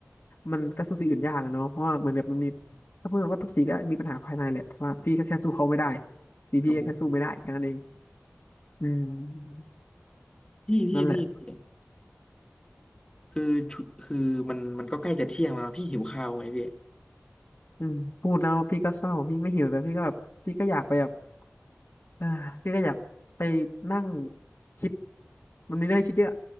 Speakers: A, on the left; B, on the left.
A: มันก็สู้สีอื่นยากอะเนาะเพราะว่าเหมือนแบบมันมีถ้าพูดว่าทุกสีก็มีปัญหาภายในแหละแต่ว่าพี่ก็แค่สู้เขาไม่ได้
B: <laughs>
A: สีพี่ก็แค่สู้ไม่ได้แค่นั้นเอง
B: อ๋อ
A: อืม
B: พี่ <laughs> พี่พี่พี่
A: นั่นแหละ
B: คือชุคือมันมันก็ใกล้จะเที่ยงแล้วนะพี่หิวข้าวไงพี่
A: อืมพูดแล้วพี่ก็เศร้าพี่ไม่หิวแต่พี่ก็แบบพี่ก็อยากไปแบบอ่าพี่ก็อยากไปนั่งคิดมันมีเรื่องให้คิดเยอะ